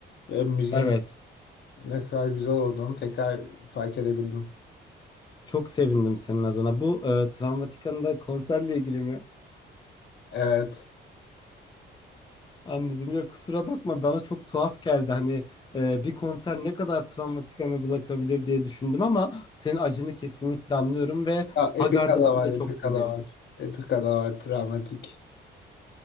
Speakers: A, on the left; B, on the left.
A: e, müziğin
B: Evet.
A: ne kadar güzel olduğunu tekrar fark edebildim.
B: Çok sevindim senin adına. Bu e, Travmatika'nda konserle ilgili mi?
A: Evet.
B: Anladım. Ya kusura bakma bana çok tuhaf geldi. Hani e, bir konser ne kadar Travmatika'nı bırakabilir diye düşündüm ama senin acını kesinlikle anlıyorum ve
A: Ya, Epika
B: Hagar'da
A: da
B: ben
A: var,
B: de
A: Epika
B: çok severim.
A: da var. Epika da var, travmatik.